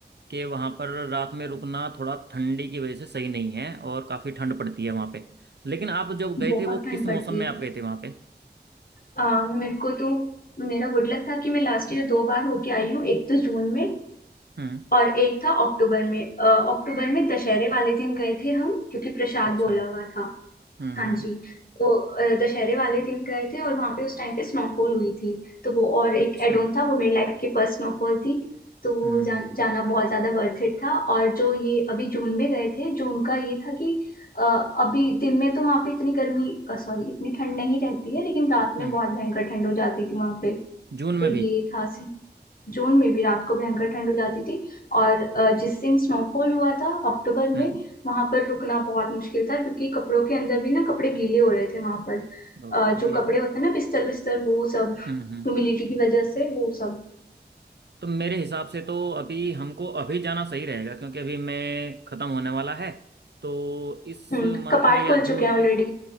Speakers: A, on the right (about 75°); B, on the left (about 55°).
A: कि वहां पर रात में रुकना थोड़ा ठंडी की वजह से सही नहीं है और काफी ठंड पड़ती है वहां पे लेकिन आप जब गए
B: बहुत
A: थे वो
B: ठंड
A: किस
B: पड़ती
A: मौसम में
B: है
A: आप गए थे वहां पे
B: आ, मेरे को तो मेरा गुड लक था कि मैं लास्ट ईयर दो बार होके आई हूँ एक तो जून में
A: हम्म
B: और एक था अक्टूबर में अ, अक्टूबर में दशहरे वाले दिन गए थे हम क्योंकि प्रसाद
A: अच्छा
B: बोला हुआ था
A: हम्म
B: हाँ
A: हम्म
B: जी तो अ, दशहरे वाले दिन गए थे और वहां पे उस टाइम पे स्नोफॉल हुई थी तो वो और एक
A: अच्छा
B: एडोन था वो मेरी लाइफ की फर्स्ट स्नोफॉल थी तो वो
A: हम्म
B: जा, जाना बहुत ज्यादा वर्थ इट था और जो ये अभी जून में गए थे जून का ये था कि अ, अभी दिन में तो वहां पे इतनी गर्मी सॉरी इतनी ठंड नहीं रहती है लेकिन रात में
A: हम्म
B: बहुत भयंकर ठंड हो जाती थी वहां पे
A: जून में
B: तो
A: भी
B: ये था जून में भी रात को भयंकर ठंड हो जाती थी और अ, जिस दिन स्नोफॉल हुआ था अक्टूबर में
A: हम्म
B: वहां पर रुकना बहुत मुश्किल था क्योंकि कपड़ों के अंदर भी ना कपड़े गीले हो रहे थे वहां पर
A: ओके
B: अ, जो कपड़े होते हैं ना बिस्तर बिस्तर वो सब
A: हम्म हम्म
B: ह्यूमिडिटी की वजह से वो सब
A: तो मेरे हिसाब से तो अभी हमको अभी जाना सही रहेगा क्योंकि अभी मैं खत्म होने वाला है तो इस
B: हम्म,
A: मंथ
B: कपाट
A: में या
B: खुल
A: जून
B: चुके हैं ऑलरेडी
A: के